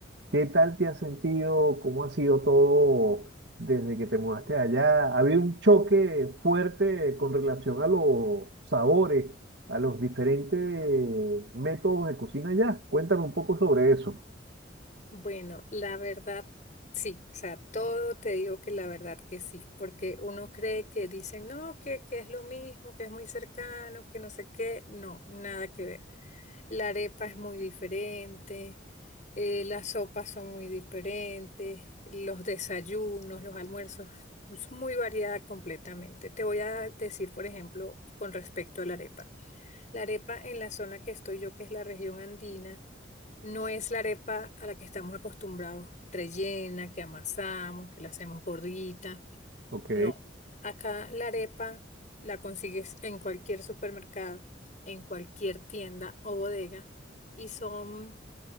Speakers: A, on the right; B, on the left.
A: ¿Qué tal te has sentido? ¿Cómo ha sido todo desde que te mudaste allá? ¿Ha habido un choque fuerte con relación a los sabores, a los diferentes métodos de cocina allá? Cuéntame un poco sobre eso.
B: Bueno, la verdad, sí, o sea, todo te digo que la verdad que sí, porque uno cree que dicen, no, que, que es lo mismo, que es muy cercano, que no sé qué, no, nada que ver. La arepa es muy diferente, eh, las sopas son muy diferentes, los desayunos, los almuerzos, es muy variada completamente. Te voy a decir, por ejemplo, con respecto a la arepa. La arepa en la zona que estoy yo, que es la región andina, no es la arepa a la que estamos acostumbrados, rellena, que amasamos, que la hacemos gordita.
A: Ok,
B: No, acá la arepa la consigues en cualquier supermercado, en cualquier tienda o bodega y son